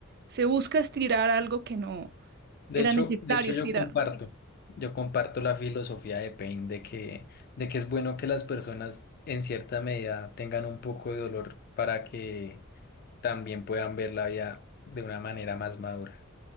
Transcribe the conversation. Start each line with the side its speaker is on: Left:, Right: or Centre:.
Right: se busca estirar algo que no
Left: De
Right: era
Left: hecho,
Right: necesario
Left: de hecho
Right: estirar.
Left: yo comparto, yo comparto la filosofía de Pain de que, de que es bueno que las personas en cierta medida tengan un poco de dolor para que también puedan ver la vida de una manera más madura.